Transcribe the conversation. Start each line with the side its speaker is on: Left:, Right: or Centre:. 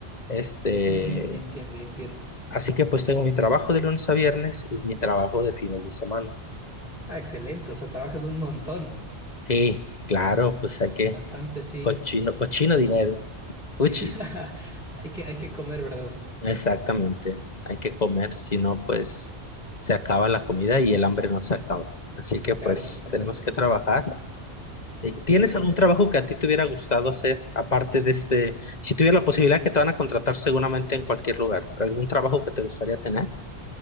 Left: Este,
Centre: Mm, ya entiendo, ya entiendo.
Left: así que pues tengo mi trabajo de lunes a viernes y mi trabajo de fines de semana.
Centre: Ah, excelente. O sea, trabajas un montón.
Left: Sí, claro, pues hay que,
Centre: Bastante, sí.
Left: cochino, cochino dinero, uchi,
Centre: <laughs> Hay que, hay que comer, ¿verdad?
Left: exactamente, hay que comer, si no, pues se acaba la comida y el hambre no se acaba. Así que pues
Centre: Claro, totalmente.
Left: tenemos que trabajar. Sí. ¿Tienes
Centre: Sí.
Left: algún trabajo que a ti te hubiera gustado hacer, aparte de este, si tuviera la posibilidad que te van a contratar seguramente en cualquier lugar, algún trabajo que te gustaría tener